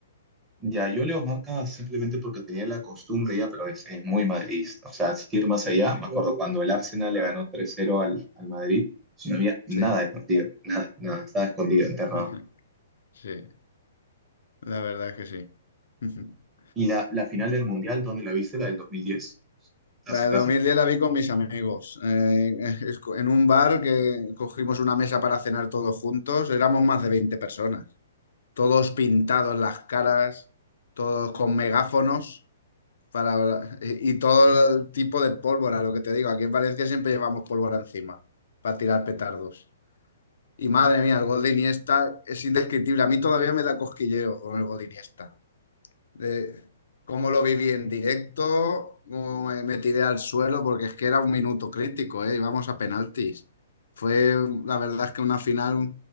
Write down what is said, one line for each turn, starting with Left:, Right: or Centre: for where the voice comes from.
Right: Ya, yo leo marca simplemente porque tenía la costumbre ya, pero es, es muy madridista. O sea, asistir más allá, me acuerdo cuando el Arsenal le ganó tres cero al, al Madrid, no había nada
Left: Sí,
Right: de partido, nada, nada, estaba escondido, enterrado.
Left: <laughs> sí, la verdad es que sí. <laughs>
Right: Y la, la final del Mundial, ¿dónde la viste? La del 2010, hace
Left: La de
Right: caso.
Left: dos mil diez la vi con mis amigos. eh, <laughs> es- en un bar que cogimos una mesa para cenar todos juntos, éramos más de 20 personas. Todos pintados las caras, todos con megáfonos Para, y todo el tipo de pólvora, lo que te digo. Aquí en Valencia siempre llevamos pólvora encima para tirar petardos. Y madre mía, el gol de Iniesta es indescriptible. A mí todavía me da cosquilleo con el gol de Iniesta. De cómo lo viví en directo, cómo me, me tiré al suelo, porque es que era un minuto crítico, ¿eh? Íbamos a penaltis. Fue, la verdad es que una final